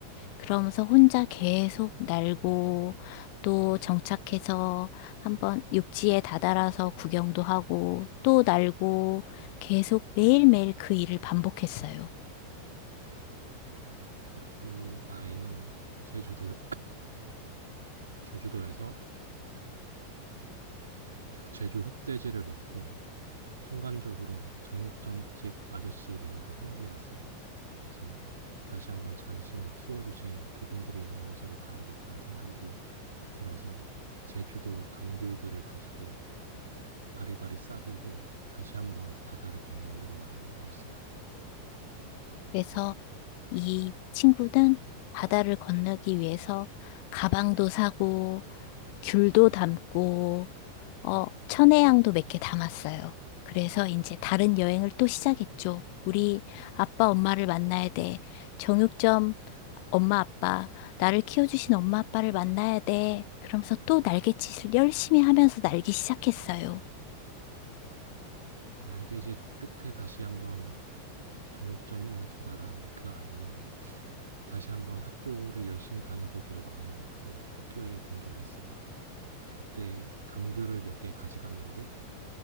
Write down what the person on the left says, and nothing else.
그러면서 혼자 계속 날고 또 정착해서 한번 육지에 다다라서 구경도 하고 또 날고 계속 매일매일 그 일을 반복했어요.
그래서 이 친구는 바다를 건너기 위해서 가방도 사고 귤도 담고, 어, 천혜향도 몇 개 담았어요. 그래서 이제 다른 여행을 또 시작했죠. 우리 아빠 엄마를 만나야 돼. 정육점 엄마 아빠, 나를 키워주신 엄마 아빠를 만나야 돼. 그러면서 또 날갯짓을 열심히 하면서 날기 시작했어요.